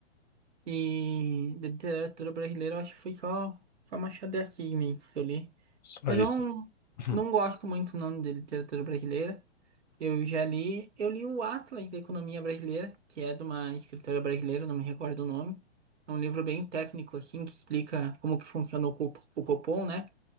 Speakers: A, on the right (about 85°); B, on the left (about 40°).
A: E da literatura brasileira, eu acho que foi só, só Machado de Assis mesmo que eu li.
B: Só
A: Mas
B: isso.
A: eu não,
B: <clears throat>
A: não gosto muito não de literatura brasileira. Eu já li, eu li o Atlas da Economia Brasileira, que é de uma escritora brasileira, não me recordo o nome. É um livro bem técnico, assim, que explica como que funciona o, Cop- o Copom, né?